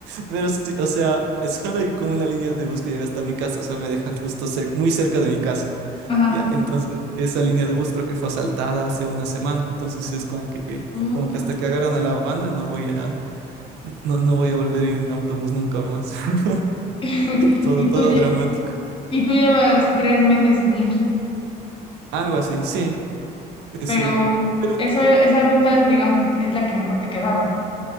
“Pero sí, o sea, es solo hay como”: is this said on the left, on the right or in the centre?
Right